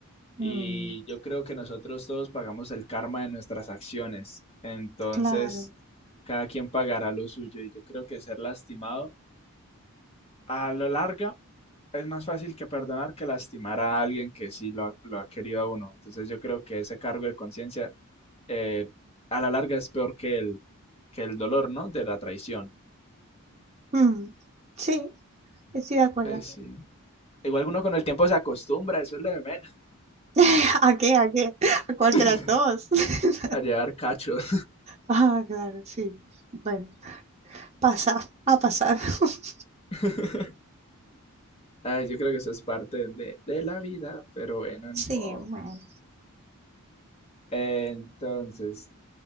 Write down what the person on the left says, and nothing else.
Y
yo creo que nosotros todos pagamos el karma de nuestras acciones. Entonces,
cada quien pagará lo suyo. Y yo creo que ser lastimado a la larga es más fácil que perdonar que lastimar a alguien que sí lo ha, lo ha querido a uno. Entonces, yo creo que ese cargo de conciencia eh, a la larga es peor que el, que el dolor, ¿no? De la traición.
Pues sí. Igual uno con el tiempo se acostumbra, eso es lo de menos,
<laughs>
a llevar cachos.
<laughs> Ah, yo creo que eso es parte de, de la vida, pero bueno,
ni modo.
Entonces,